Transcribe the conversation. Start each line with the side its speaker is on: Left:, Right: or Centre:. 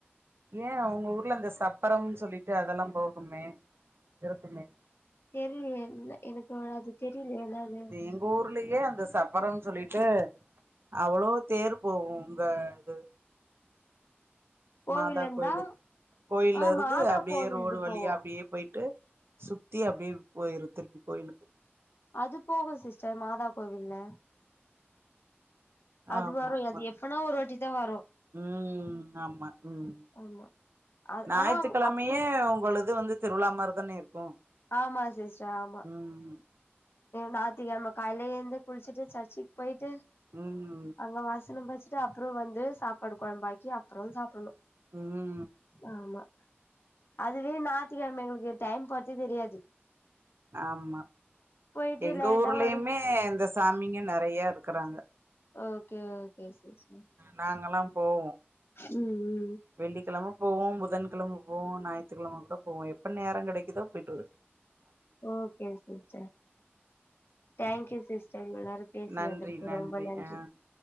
Right: ஏ அவுங்க ஊர்ல அந்த சப்பரம்னு சொல்லிட்டு அதெல்லா போகுமே இருக்குமே
Left: தெரிலயே என் எனக்கு அவல அது தெரியலயே என்னனு
Right: இது எங்க ஊர்லியே அந்த சப்பரம்ன் சொல்லிட்டு அவ்ளோ தேர் போகு உங்க இது
Left: கோவில்
Right: மாதா
Left: இருந்தா
Right: கோயிலு கோயில்ல
Left: ஆ
Right: இருந்து
Left: மாதா
Right: அப்டியே
Left: கோவில்
Right: ரோடு
Left: இது
Right: வழியா
Left: போவோ
Right: அப்டியே போயிட்டு சுத்தி அப்டியே போயிரு திருப்பி கோயிலுக்கு
Left: அது போகு சிஸ்டர் மாதா கோவில்ல அது
Right: ஆமா
Left: வரு
Right: ஆமா
Left: அது எப்பனா ஒரு வாட்டி தா வரு
Right: ம் ஆமா ம்
Left: ஆமா அது
Right: ஞாயிறுக்கெழமையே
Left: ஆனா அப்ப
Right: உங்களது வந்து திருவிழா மாரி தானே இருக்கு
Left: ஆமா சிஸ்டர் ஆமா
Right: ம்
Left: ஞாயிற்றுக்கெழம காலிலே ஏந்து குளிச்சுட்டு சர்ச்சிக்கு போயிட்டு
Right: ம்
Left: அங்க வாசனம் படிச்சுட்டு அப்றோ வந்து சாப்பாடு கெழம்பாக்கி அப்புறோ சாப்பிட்ணு
Right: ம்
Left: ஆமா அதுவே ஞாயித்துக்கெழம எங்களுக்கு டைம் போறதே தெரியாது
Right: ஆமா
Left: போயிட்டு
Right: எங்க
Left: லேட்டா
Right: ஊர்லயுமே
Left: வரும்
Right: இந்த சாமிங்க நெறைய இருக்கிறாங்க
Left: ஓகே ஓகே சிஸ்டர்
Right: நாங்கல்லா போவோ
Left: ம் ம்
Right: வெள்ளிக்கிழம போவோ புதன்கிழம போவோ ஞாயித்துக்கெழம கூட போவோ எப்ப நேர கெடைக்குதோ போயிட்டு வரு
Left: ஓகே சிஸ்டர் தேங்கியூ சிஸ் டர் இவ்ளோநேரோ பேசுனதுர்கு
Right: நன்றி
Left: ரொம்ப நன்றி
Right: ஆ